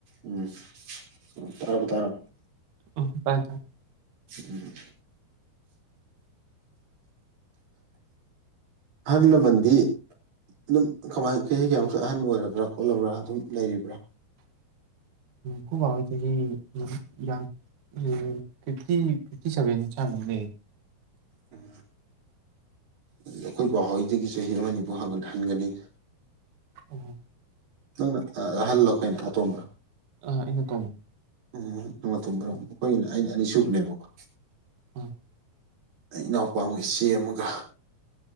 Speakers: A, on the right; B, on the right.
A: ꯎꯝ ꯇꯔ ꯀ ꯇꯔꯣ
B: ꯑ ꯐꯥꯏ ꯐ
A: ꯎꯝ ꯍꯜꯂꯃꯗꯤ ꯑꯗꯨꯝ ꯀꯃꯥꯏ ꯀ ꯀꯌꯥꯃꯨꯛꯁꯨ ꯑꯍꯟ ꯑꯣꯏꯔꯕ꯭ꯔꯥ ꯈꯣꯠꯂꯕ꯭ꯔꯥ ꯑꯗꯨꯝ ꯂꯩꯔꯤꯕ꯭ꯔꯥ
B: ꯈ ꯑꯋꯥꯁꯤ ꯍ ꯌꯥ ꯎ ꯐꯤꯐꯇꯤ ꯐꯤꯐꯇꯤ ꯁꯚꯦꯟ ꯆꯃꯨꯛꯅꯦ
A: ꯎꯝ ꯑꯩꯈꯣꯏ ꯄꯕꯥꯥꯎꯍꯩꯗꯒꯤ ꯆꯍꯤ ꯑꯃꯅꯤꯅꯤꯕꯨ ꯍ ꯍꯟꯒꯅꯤ
B: ꯑꯣ
A: ꯅꯪ ꯍꯜꯂꯣ ꯀꯥꯏꯩꯅ ꯇꯣꯝꯕ
B: ꯑ ꯏꯩꯅ ꯇꯣꯣꯡꯉꯤ
A: ꯎꯝ ꯅꯇꯣ꯭ꯔꯣ ꯑꯩꯈꯣꯏꯒꯤꯅ ꯑꯩꯅ ꯑꯅꯤꯁꯨꯕꯅꯦꯕꯀꯣ
B: ꯎꯝ
A: ꯑꯩ ꯏꯅꯥꯎꯄꯥ ꯏꯆꯦ ꯑꯃꯒ